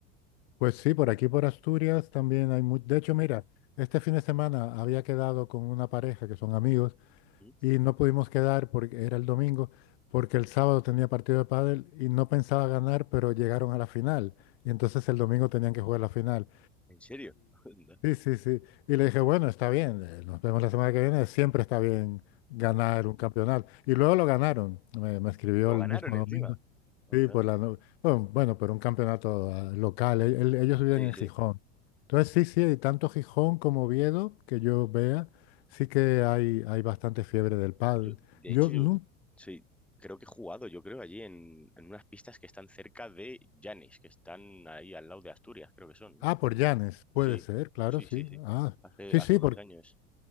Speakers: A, on the left; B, in the centre.
A: pues sí, por aquí por Asturias también hay mucho... De hecho, mira, este fin de semana había quedado con una pareja que son amigos
B: ¿Sí?
A: y no pudimos quedar porque era el domingo, porque el sábado tenía partido de pádel y no pensaba ganar, pero llegaron a la final. Y entonces el domingo tenían que jugar la final.
B: ¿En serio? <laughs> Onda.
A: Sí, sí, sí. Y le dije, bueno, está bien, eh, nos vemos la semana que viene, siempre está bien ganar un campeonato. Y luego lo ganaron, me, me escribió
B: Lo
A: el
B: ganaron
A: mismo
B: encima.
A: domingo.
B: Onda.
A: Sí, por la no- Bueno, bueno, por un campeonato ah, local, e- el- ellos viven
B: Sí,
A: en
B: sí.
A: Gijón. Entonces, sí, sí, tanto Gijón como Oviedo, que yo vea, sí que hay, hay bastante fiebre del pádel.
B: Yo, de
A: Yo
B: hecho, yo
A: no...
B: sí, creo que he jugado, yo creo, allí en, en unas pistas que están cerca de Llanes, que están ahí al lado de Asturias, creo que son, ¿no?
A: Ah, por Llanes, puede
B: Sí,
A: ser, claro,
B: sí,
A: sí.
B: sí, sí.
A: Ah,
B: Hace,
A: sí,
B: hace
A: sí,
B: unos años.